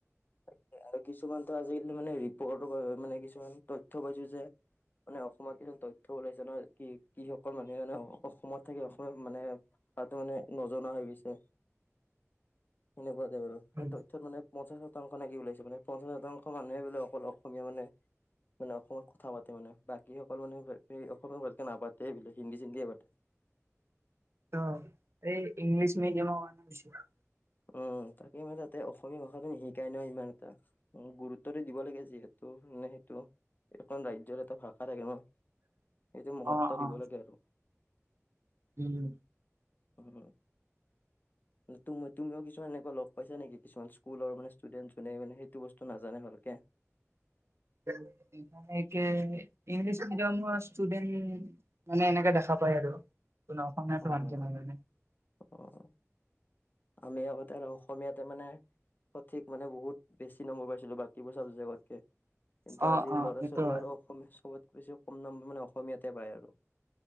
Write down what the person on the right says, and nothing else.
উম,
অ' এই ইংলিছ মিডিয়ামৰ কাৰণে বেছি হৈছে।
অ
অ
উম।
লাহেকে ইংলিছ মিডিয়ামৰ ষ্টুডেণ্টখিনি মানে এনেকে দেখা পায় আৰু যোনে অসমীয়াতো
ভালকে
নাজানে।
অ
অ
এইটো
হয়